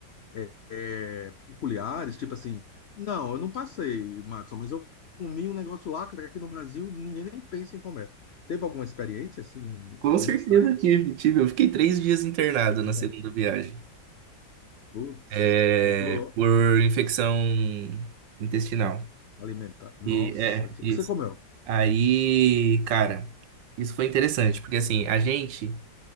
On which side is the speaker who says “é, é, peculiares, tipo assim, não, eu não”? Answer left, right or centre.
Left